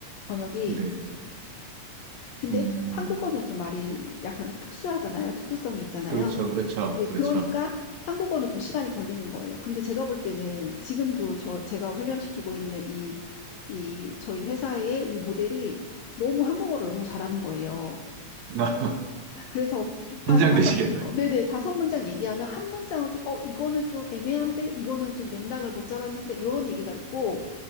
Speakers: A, on the left; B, on the right.
A: 번역이
B: 네.
A: 근데
B: 음,
A: 한국어는 좀 말이 약간 특수하잖아요. 특수성이 있잖아요.
B: 그렇죠. 그렇죠.
A: 네,
B: 그렇죠.
A: 그러니까 한국어는 좀 시간이 걸리는 거예요. 근데 제가 볼 때는 지금도 저 제가 훈련시키고 있는 이 이 저희 회사의 이 모델이 너무 한국어를 너무 잘하는 거예요.
B: <laughs>
A: 그래서 한
B: 긴장되시겠다.
A: 다섯, 어, 네네, 다섯 문장 얘기하면 한 문장은 좀, 어, 이거는 좀 애매한데, 이거는 좀 맥락을 못 잡았는데, 이런 얘기가 있고,